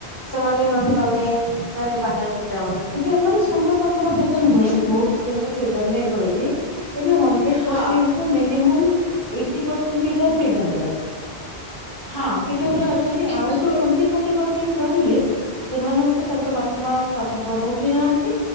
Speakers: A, on the left (about 20°); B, on the right (about 20°).
A: ସେମାନେ ହଁ ତମେ ମାନେ ବାହାରୁକୁ ଯାଅନା ଏବେ ମାନେ ସମସ୍ତଙ୍କର ହୁଏ ତ ନୁହେଁ ବୋହୁତ ଝିଅଙ୍କୁ ଫ୍ରିଡମ୍ ବି ମିଳୁଚି ଏବେ ହଣ୍ଡ୍ରେଡ
B: ହଁ
A: ପରସେଣ୍ଟ ଠୁ ମିନିମମ୍ ଏ ଟି ପରସେଣ୍ଟ ପିଲା ଫ୍ରିଡମରେ ଅଛ
B: ହଁ
A: ଫ୍ରିଡମରେ ଅଛନ୍ତି
B: କିନ୍ତୁ
A: ଆଉ ଯୋଉ ଟୋଣ୍ଟି ଥାଟି ପର ଆବ୍ସେଣ୍ଟ ରହିଲେ ସେମାନଙ୍କୁ ତାଙ୍କ ବାପା ମା ଆଉ ପାଠ ପଢଉ ବି ନାହାନ୍ତି